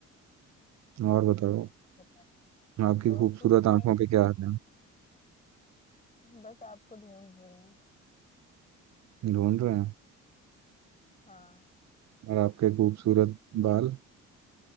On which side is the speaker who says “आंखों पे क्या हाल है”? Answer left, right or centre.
Right